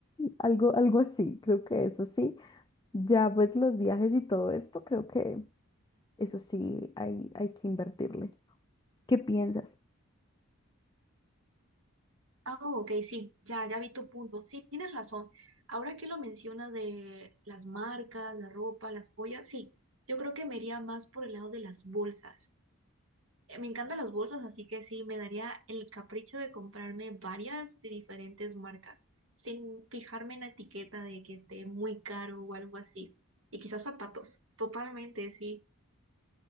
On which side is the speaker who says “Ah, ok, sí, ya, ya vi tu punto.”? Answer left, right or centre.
Right